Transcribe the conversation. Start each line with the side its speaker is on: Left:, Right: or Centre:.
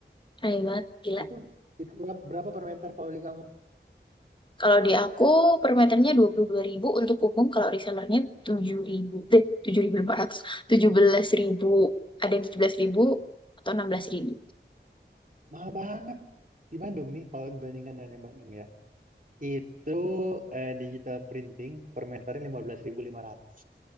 Left: rame banget, gila.
Right: Itu itu berapa, berapa per meter kalau di kamu?
Left: Kalau di aku per meternya dua dua puluh dua ribu untuk umum, kalau resellernya 7.000, eh tujuh ribu lima ratus, tujuh belas ribu ada yang 17.000 atau enam belas ribu.
Right: Mahal banget. Di Bandung nih, kalau dibandingkan dengan yang Bandung ya. Itu eh, digital printing per meternya lima belas ribu lima ratus